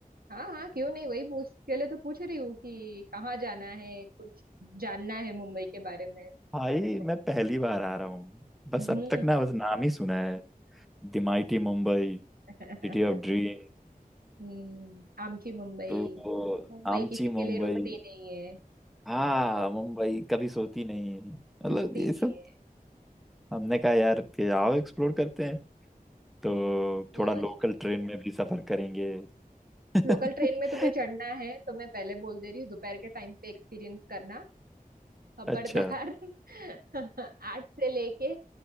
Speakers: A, on the right (about 75°); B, in the centre.
A: हाँ हाँ क्यों नहीं वही पूछ के लिए तो पूछ रही हूँ कि कहाँ जाना है कुछ जानना है मुंबई के बारे में
B: भाई
A: तो,
B: मैं पहली बार आ रहा हूँ बस
A: हम्म
B: अब तक ना बस नाम ही सुना है The mighty Mumbai
A: <laughs>
B: city of dream
A: हम्म, आमची मुंबई
B: तो
A: मुंबई
B: आमची
A: किसी के
B: मुंबई
A: लिए रुकती नहीं है
B: हाँ मुंबई <laughs> कभी सोती नहीं मतलब
A: <laughs> रुकती
B: ये
A: नहीं
B: सब
A: है
B: हमने कहा यार कि आओ एक्सप्लोर करते हैं तो
A: हम्म, जाओ
B: थोड़ा लोकल
A: जाओ
B: ट्रेन में भी सफर करेंगे <laughs>
A: लोकल ट्रेन में तुम्हें चढ़ना है तो मैं पहले बोल दे रही हूँ दोपहर के टाइम पे एक्सपीरियंस करना खबरदार
B: अच्छा
A: <laughs> आठ से लेके